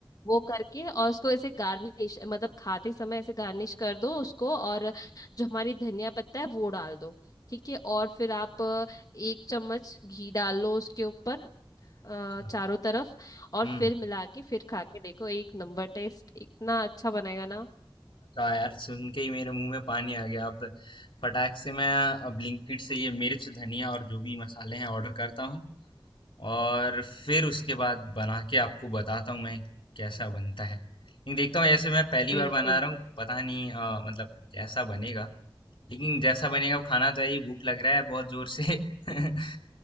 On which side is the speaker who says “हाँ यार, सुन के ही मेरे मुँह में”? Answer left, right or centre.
Left